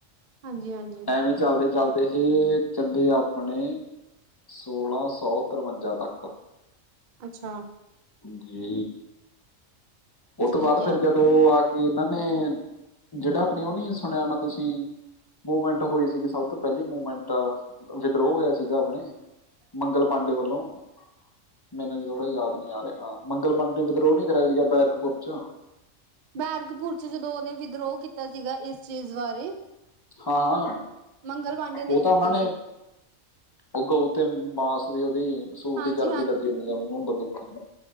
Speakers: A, on the right; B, on the left.
A: ਹਾਂਜੀ, ਹਾਂਜੀ।
B: ਐਵੇਂ ਚੱਲਦੇ-ਚਲਦੇ ਹੀ ਚੱਲੇ ਆਪਣੇ ਸੋਲਾਂ ਸੌ ਤਰਵੰਜਾ ਤੱਕ। ਕ
A: ਅੱਛਾ।
B: ਜੀ। ਓਹ
A: ਠੀਕ
B: ਤੋਂ ਬਾਦ
A: ਹੈ
B: ਫਿਰ ਜਦੋਂ ਓਹ ਆ ਕੇ ਇਹਨਾਂ ਨੇ ਜੇੜਾ ਆਪਣੀ ਓਹ ਨੀ ਸੁਣਿਆ ਹੋਨਾਂ ਤੁਸੀਂ ਮੂਮੈਂਟ ਹੋਈ ਸੀਗੀ ਸਭ ਤੋਂ ਪੈਲੀ ਮੂਮੈਂਟ, ਵਿਦਰੋਹ ਹੋਇਆ ਸੀਗਾ ਅਪਣੇ। ਮੰਗਲ ਪਾਂਡੇ ਵੱਲੋਂ। ਮੈਨੂੰ ਹਜੇ ਥੋੜਾ ਯਾਦ ਨੀ ਆ ਰਿਆ ਹਾਂ, ਮੰਗਲ ਪਾੰਡੇ ਨੇ ਵਿਦਰੋਹ ਨੀ ਕਰਿਆ ਸੀਗਾ ਬੈਰਕਪੁਰ 'ਚ।
A: ਬੈਰਗਪੁਰ ਚ' ਜਦੋਂ ਉਹਨੇ ਵਿਦਰੋਹ ਕੀਤਾ ਸੀਗਾ ਇਸ ਚੀਜ਼ ਬਾਰੇ
B: ਹਾਂ-ਹਾਂ।
A: ਮੰਗਲ ਪਾਂਡੇ
B: ਉਹ
A: ਹੀ
B: ਤਾਂ
A: ਕੀਤਾ
B: ਉਹਨਾਂ ਨੇ
A: ਸੀ
B: ਉਹ ਗਊ ਤੇ ਮਾਸ ਦੀ ਉਹਦੀ ਸੂਰ
A: ਹਾਂਜੀ
B: ਦੀ ਚਰਬੀ ਲੱਗੀ ਹੁੰਦੀ ਜਾਵੇ ਉਹ ਬੰਦੂਖਾਂ